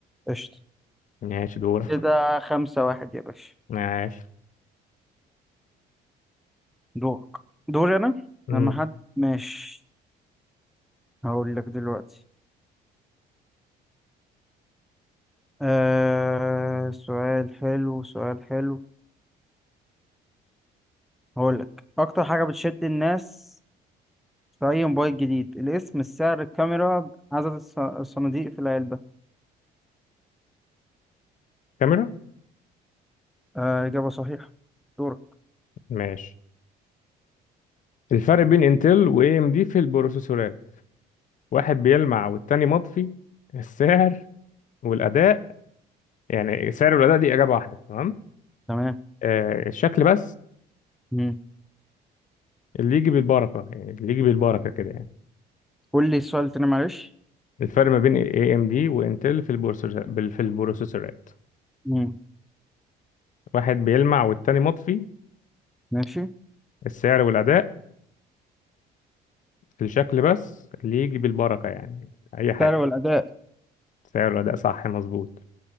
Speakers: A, in the centre; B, on the left.
A: قشطة
B: ماشي دورك
A: كده خمسة واحد يا باشا
B: ماشي
A: دورك دوري أنا
B: مم.
A: لما حد ماشي هقول لك دلوقتي آه سؤال حلو سؤال حلو هقول لك أكتر حاجة بتشد الناس في أي موبايل جديد الاسم السعر الكاميرا عدد الص- الصناديق في العلبة
B: كاميرا
A: آه إجابة صحيحة دورك
B: ماشي الفرق بين انتل واي ام دي في البروسيسورات واحد بيلمع والتاني مطفي السعر والاداء يعني السعر والاداء دي اجابه واحده تمام
A: تمام
B: آه الشكل بس
A: مم.
B: اللي يجي بالبركه يعني اللي يجي بالبركه كده يعني.
A: قول لي السؤال تاني معلش
B: الفرق ما بين AMD وانتل في البروسيسورات في البروسيسورات
A: مم.
B: واحد بيلمع والتاني مطفي
A: ماشي
B: السعر والأداء في الشكل بس اللي يجي بالبركة يعني أي حاجة
A: السعر والأداء
B: سعر والأداء صح مظبوط